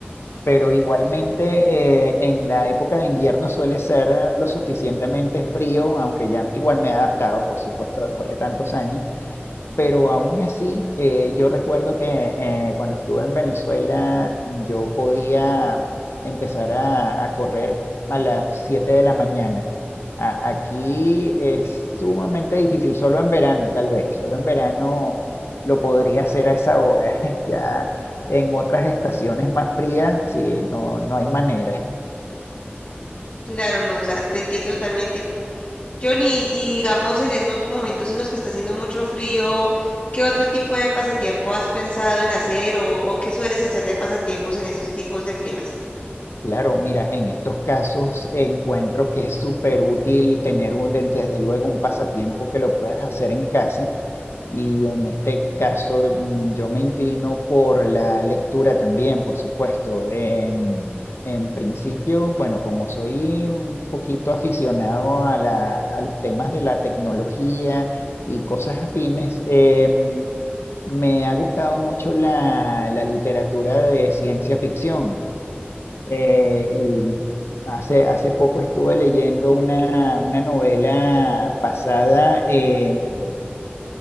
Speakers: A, on the left; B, on the left.
A: pero igualmente eh, en la época de invierno suele ser eh, lo suficientemente frío, aunque ya igual me he adaptado, por supuesto, después de tantos años, pero aún así eh, yo recuerdo que eh, cuando estuve en Venezuela yo podía empezar a, a correr a las siete de la mañana a- Aquí es sumamente difícil, solo en verano tal vez, solo en verano lo podría hacer a esa hora. <laughs> Ya en otras estaciones más frías, sí, no, no hay manera.
B: Claro, no, o sea, te entiendo totalmente. Johnny, y digamos en esos momentos en los que está haciendo mucho frío, ¿qué otro tipo de pasatiempo has pensado en hacer o, o qué sueles hacer de pasatiempos en esos tipos de climas?
A: Claro, mira, en estos casos encuentro que es súper útil tener un, de- desde luego un pasatiempo que lo puedas hacer en casa Y en este caso mm, yo me inclino por la lectura también, por supuesto. Em, en principio, bueno, como soy un poquito aficionado a la- a los temas de la tecnología y cosas afines, em, me ha gustado mucho la, la literatura de ciencia ficción. Eh, y hace, hace poco estuve leyendo una, una novela basada en